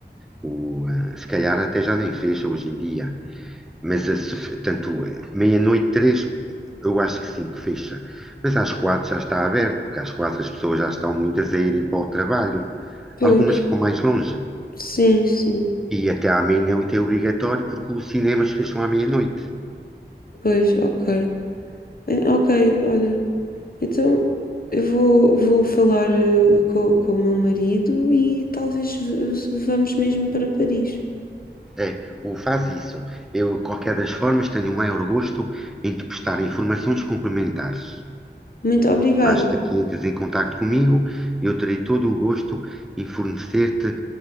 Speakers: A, in the centre; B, on the left.
A: O, eh, se calhar até já nem fecha hoje em dia. Mas eh, se fe- tanto eh, meia-noite, três, eu acho que sim, que fecha. Mas às quatro já está aberto, porque às quatro as pessoas já estão muitas a irem para o trabalho.
B: Pois,
A: Algumas que vão mais longe.
B: sim, sim.
A: E até à meia-noite é obrigatório, porque os cinemas fecham à meia-noite.
B: Pois, ok. Eh, Ok, olha. Então eu vou, vou falar eh, com, com o meu marido e talvez v- vamos mesmo para Paris.
A: É, o faz isso. Eu, qualquer das formas, tenho o maior gosto em te prestar informações complementares.
B: Muito obrigada.
A: Basta que entres em contato comigo, eu terei todo o gosto em fornecer-te